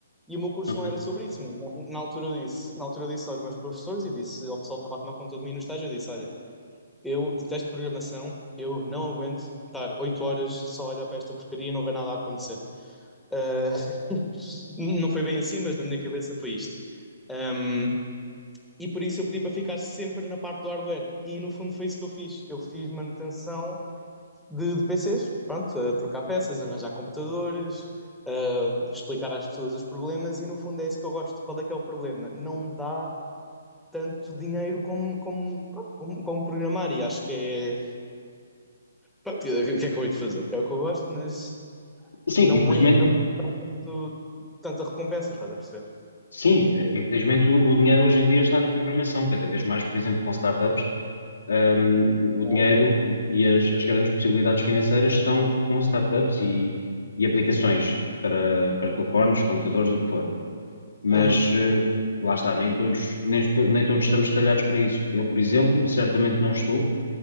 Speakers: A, in the centre; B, on the left.
A: E o meu curso
B: Ok.
A: não era sobre isso, mas na, na altura eu disse, na altura eu disse aos meus professores e disse ao pessoal que estava a tomar conta de mim no estágio, eu disse, olha, eu detesto programação, eu não aguento estar 8 horas só a olhar para esta porcaria e não ver nada a acontecer. Ah, Não foi bem assim, mas na minha cabeça foi isto. Um, e por isso eu pedi para ficar sempre na parte do hardware. E no fundo foi isso que eu fiz. Eu fiz manutenção de, de PCs, pronto, a trocar peças, arranjar computadores, uh, explicar às pessoas os problemas. E no fundo é isso que eu gosto. Qual é que é o problema? Não dá tanto dinheiro como, como, pronto, como, como programar. E acho que é. Pronto, o que é que eu hei de fazer? É o que eu gosto, mas
B: Sim,
A: não
B: infelizmente,
A: é. Não dá tanto, tanta recompensa, estás a perceber?
B: sim, eh, infelizmente o, o dinheiro hoje em dia está na programação, cada vez mais, por exemplo, com startups, ahm, o o
A: Ah,
B: dinheiro e as, as grandes possibilidades financeiras estão com startups e, e aplicações para, para telefones, computadores, o que for. Mas
A: é. Uhum.
B: eh, lá está, nem todos, nem, estu- nem todos estamos talhados para isso. Eu, por exemplo, certamente não estou,